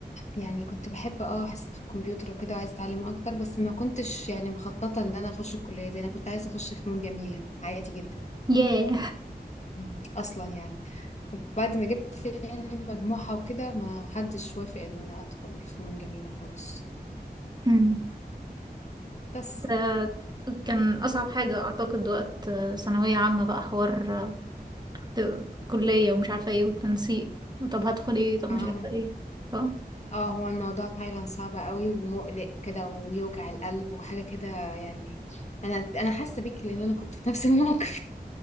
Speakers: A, on the left; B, on the right.
A: يعني كنت بحب اه حصة الكمبيوتر وكده وعايزة اتعلم اكتر بس ما كنتش يعني مخططة ان انا اخش الكلية دي انا كنت عايزة اخش فنون جميلة عادي جدا
B: ياه
A: مم. اصلا يعني بعد ما جبت يعني مجموعة وكده ما حدش وافق ان انا ادخل فنون جميلة خالص
B: <laughs>
A: بس
B: آه، كان أصعب حاجة أعتقد وقت آه، ثانوية عامة بقى حوار آه، ت- كلية ومش عارفة ايه والتنسيق طب هدخل ايه طب
A: اه
B: مش عارفة ايه ف...
A: اه هو الموضوع فعلا صعب قوي ومقلق كده ويوجع القلب وحاجة كده يعني انا انا حاسة بيك لان انا كنت في نفس الموقف <laughs>